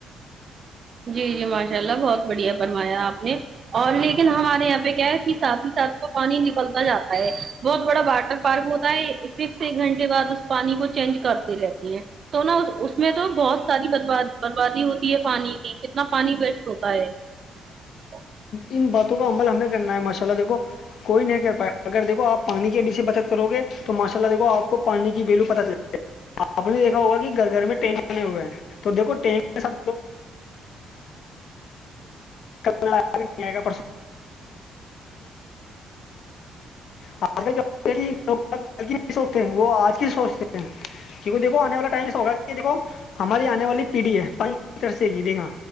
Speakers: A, on the right (about 50°); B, on the left (about 65°).
A: جی جی ماشاء اللہ بہت بڑھیا فرمایا آپ نے اور لیکن ہمارے یہاں پہ کیا ہے کہ سھ ہی ساتھ وہ پانی نکلتا جاتا ہے بہت بڑا باٹر فرق ہوتا ہے پھر سے ایک گھنٹے بعد اس پانی کو چینج کرتے رہتی ہیں تو نا اس میں تو بہت ساری برباد بربادی ہوتی ہے پانی کی کتنا پانی وسٹ ہوتا ہے ج
B: ان باتوں کا عمل ہمیں کرنا ہے ماشاء اللہ دیکھو کوئی نہیں کر پائے اگر دیکھ آپ پانی کے بھی سے بچت کرو گے تو ماشاء اللہ دیکھ آپ کو پانی کی ویلو پت چل جائے گا آپ نے دیکھا ہوگا گھر گھر میں ٹرین بنے ہوئے ہیں تو دیکھو ٹن کے ساتھ گااو آپ لوگ کل کی نہیں سوچتے وہ آج کی سوچتے ہیں کیونکہ دیکھو آنے والا ٹائم سے ہوگا کہ دیکھو ہماری آنے والی پیڑھی ہے پانی کس طرح سے گ دیکھا